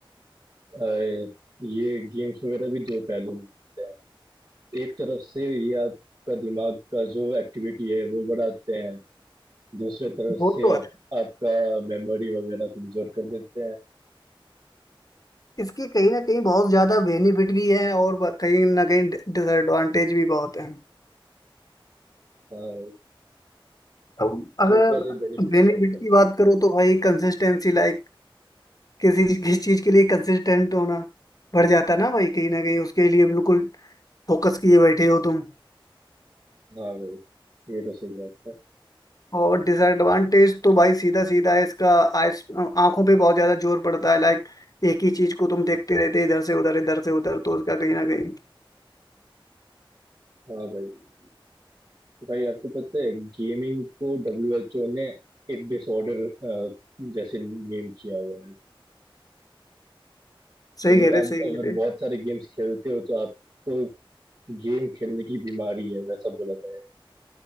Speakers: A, on the right; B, on the left.
A: अ, ये गेम्स वगैरह भी दो पहलू में होते हैं एक तरफ से ये आपका दिमाग का जो एक्टिविटी है वो बढ़ाते हैं दूसरे तरफ
B: वो
A: से
B: तो
A: आप,
B: है
A: आपका मेमोरी वगैरह कमजोर कर देते हैं
B: इसके कहीं ना कहीं बहुत ज्यादा बेनिफिट भी हैं और ब- कहीं ना कहीं डिसएडवांटेज भी बहुत हैं
A: हाँ भाई
B: अब
A: तो
B: अगर
A: पहले बेनिफिट्स
B: बेनिफिट
A: बात करते
B: की बात
A: हैं
B: करो तो भाई कंसिस्टेंसी लाइक किसी किस चीज के लिए कंसिस्टेंट होना बढ़ जाता है ना भाई कहीं ना कहीं उसके लिए बिल्कुल फोकस किए बैठे हो तुम
A: हाँ भाई ये तो सही बात है
B: और डिसएडवांटेज तो भाई सीधा सीधा है इसका आइस आंखों पे बहुत ज्यादा जोर पड़ता है लाइक एक ही चीज को तुम देखते रहते हो, इधर से उधर इधर से उधर तो उसका कहीं ना कहीं
A: हाँ भाई भाई आपको पता है गेमिंग को डब्ल्यू एच ओ ने एक डिसऑर्डर जैसे नेम किया हुआ है
B: सही
A: मतलब
B: कह रहे
A: आप
B: सही
A: अगर
B: कह रहे
A: बहुत सारे गेम्स खेलते हो तो आपको गेम खेलने की बीमारी है वैसा बोला जाए